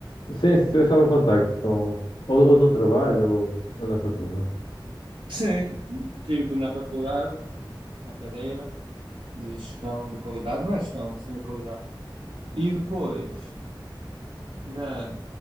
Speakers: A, on the left; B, on the right.
A: Sim, se tivesse algum contacto com, ou, ou no trabalho, ou, ou na faculdade.
B: Sim, tive na faculdade uma cadeira de gestão da qualidade, não é gestão, é gestão da qualidade. E depois na,